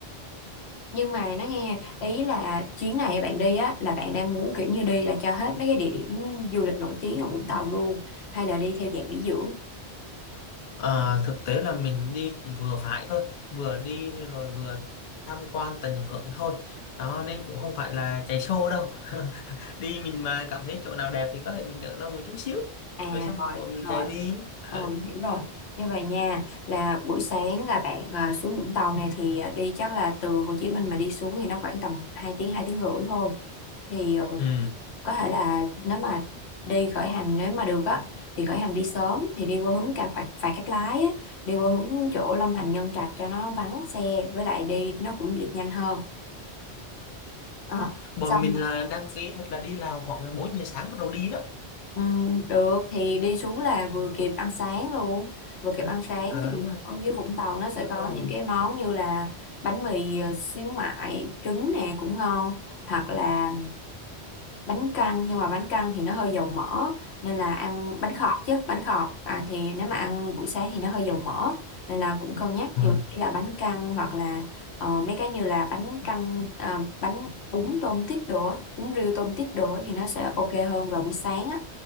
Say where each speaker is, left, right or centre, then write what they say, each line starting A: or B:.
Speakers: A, on the left (about 70°); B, on the left (about 55°).
A: nhưng mà nó nghe ý là chuyến này bạn đi á là bạn đang muốn kiểu như đi là cho hết mấy cái địa điểm du lịch nổi tiếng ở Vũng Tàu luôn hay là đi theo dạng nghỉ dưỡng
B: À, thực tế là mình đi cũng vừa phải thôi vừa đi rồi vừa tham quan tận hưởng thôi đó nên cũng không phải là chạy show đâu <laughs> đi mình mà cảm thấy chỗ nào đẹp thì có thể mình ở lâu một chút xíu
A: à
B: rồi xong
A: rồi
B: bọn mình
A: rồi
B: chạy đi Ờ.
A: Ờ, hiểu rồi. Như vậy nha, là buổi sáng là bạn à, xuống Vũng Tàu này thì à, đi chắc là từ Hồ Chí Minh mà đi xuống thì nó khoảng tầm hai tiếng, 2 tiếng rưỡi thôi. Thì ờ,
B: ừ.
A: có thể là nếu mà đi khởi hành nếu mà được á thì khởi hành đi sớm thì đi qua hướng cà phạt phạt Cát Lái á, đi qua hướng chỗ Long Thành Nhân Trạch cho nó vắng xe với lại đi nó cũng được nhanh hơn Ờ,
B: bọn
A: xong
B: mình là đăng ký hoặc là đi là khoảng 4 giờ sáng bắt đầu đi đó
A: ừm, được thì đi xuống là vừa kịp ăn sáng luôn vừa kịp ăn sáng
B: ờ
A: thì
B: đúng rồi
A: ở dưới Vũng Tàu nó sẽ
B: đúng
A: có
B: rồi
A: những cái món như là bánh mì ờ, xíu mại trứng nè cũng ngon hoặc là bánh căn nhưng mà bánh căn thì nó hơi dầu mỡ nên là ăn bánh khọt chứ bánh khọt à, thì nếu mà ăn buổi sáng thì nó hơi dầu mỡ nên là cũng cân nhắc
B: Ừ.
A: thì mình nghĩ là bánh căn hoặc là ờ, mấy cái như là bánh canh à, bánh bún tôm tít đồ á, bún riêu tôm tít đồ á thì nó sẽ ok hơn vào buổi sáng á